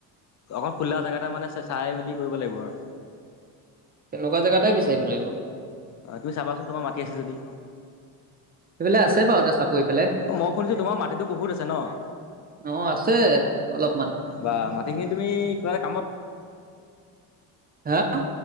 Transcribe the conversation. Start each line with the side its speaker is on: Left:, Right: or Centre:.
Left: অকল খোলা জেগা এটাত মানে চাই মে <unintelligible> কৰিব লাগিব আৰু।
Right: তেনেকুৱা জেগাতে বিচাৰিব লাগিব।
Left: অ', তুমি চাবাচোন তোমাৰ মাটি আছে যদি।
Right: সেইফালে আছে বাৰু এটা চাপৰি ফালে
Left: মই শুনিছো তোমাৰ মাটিতো বহুত আছে ন'?
Right: অ আছে অলপমান
Left: বা মাটিখিনি তুমি কিবা এটা কামত
Right: হা